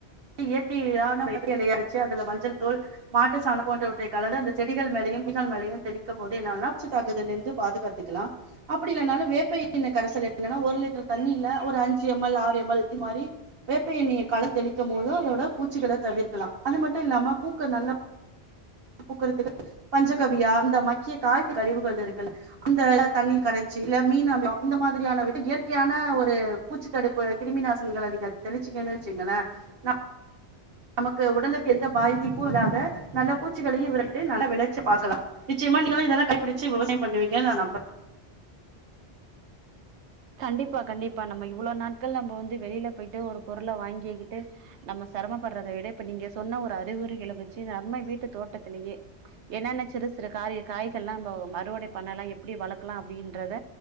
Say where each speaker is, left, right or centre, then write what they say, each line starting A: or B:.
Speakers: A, on the right; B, on the right.
A: இயற்கையான வேப்பலைய அரச்சி அதுல மஞ்சள் தூள் மாட்டு சாணம் போன்றவற்றை காலந்து அந்த செடிகள் மேலையும் குசால் மேலையும் தெளிக்கும் போது என்னாகும்னா பூச்சி தாக்குதல இருந்து பாதுகாத்துக்கலாம் அப்படி இல்லைனாலு வேப்ப எண்ணெய் கரைசல் என்னன்னா ஒரு லிட்டர் தண்ணில ஒரு அஞ்சு எம்எல் ஆறு எம்எல் இது மாதிரி வேப்ப எண்ணெய கலந்து தெளி. போது அதோட பூச்சிகள தவிர்க்கலாம் அது மட்டும் இல்லாம பூக்கள் நல்லா. பூக்கறதுக்கு பஞ்சகாவிய இந்த மக்கிய காய்கறி கழிவுகள் இருக்குல்ல அந்த தண்ணிர் கரைச்சு இல்ல மீன் அமிலம் இந்த மாதிரியான விட்டு இயற்கையான ஒரு பூச்சித்தடுப்பு கிருமி நாசினி. நீங்கள நீங்க தெளிச்சிங்கேன்ன வச்சுங்களே. ஆஹ். நமக்கு உடலுக்கு எந்த பாதிப்பும் இல்லாத நல்ல பூச்சிகளையும் விரட்டு நல்லா விளைச்சு பார்க்கலாம் நிச்சயமா நீங்களும் இதெல்லாம் கடைப்பிடிச்சு விவசாயம் பண்ணுவீங்கன்னு நான் நம்புறேன்.
B: கண்டிப்பா கண்டிப்பா நம்ம இவ்வளவு நாட்கள் நம்ம வந்து வெளியில போயிட்டு ஒரு பொருளை வாங்கிக்கிட்டு நம்ம சிரமப்படுறத விட இப்ப நீங்க சொன்ன ஒரு அறிகுறிகளை வச்சு நம்ம வீட்டு தோட்டத்திலேயே என்னன்ன சிறு சிறு காரிய காய்கள் எல்லாம் நம்ம அறுவடை பண்ணலாம் எப்படி வளர்க்கலாம் அப்படின்றத